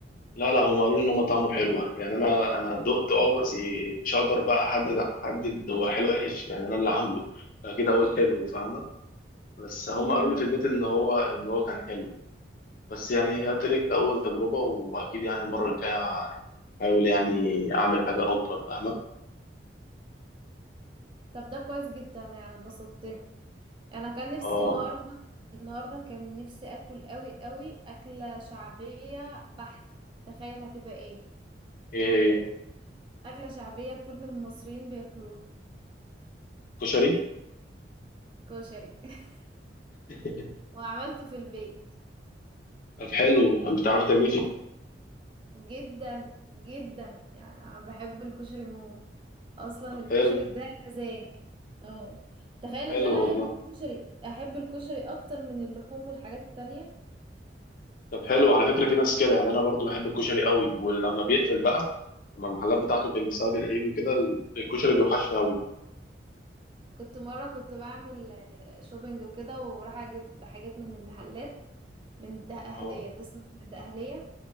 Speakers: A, on the left; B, on the right.
A: لا لا هم قالوا لي ان هم طعمه حلوه يعني انا انا دقت اه بس مش هقدر بقى احدد احدد هو حلو وحش يعني انا اللي عامله فكده اقول حلو فاهمه بس هم
B: امم
A: قالوا لي في البيت ان هو ان هو كان حلو بس يعني هي تريك اول تجربه واكيد يعني المره الجايه احاول يعني اعمل حاجه افضل فاهمه
B: طب ده كويس جدا يعني انبسطت انا كان نفسي
A: اه
B: النهارده النهارده كان نفسي اكل قوي قوي اكله شعبيه بحته تخيل هتبقى ايه
A: ايه هي
B: اكله شعبيه كل المصريين بياكلوها
A: كشري
B: كشري <laughs>
A: <laughs>
B: وعملته في البيت
A: طب حلو انت بتعرفي تعمليه في
B: جدا جدا يعني انا بحب الكشري موت اصلا
A: طب
B: الكشري
A: حلو
B: ده مزاج اه تخيل
A: حلو
B: ان انا احب
A: والله
B: الكشري احب الكشري اكتر من اللحوم والحاجات التانية
A: طب حلو على فكرة في ناس كده يعني أنا برضو بحب الكشري قوي ولما بيقفل بقى لما المحلات بتاعته بتقفل بسبب العيد وكده ال- الكشري بيوحشني قوي
B: كنت مرة كنت بعمل شوبينج وكده وراح اجيب حاجات من المحلات من ده أهلية
A: اه
B: تسمع من ده أهلية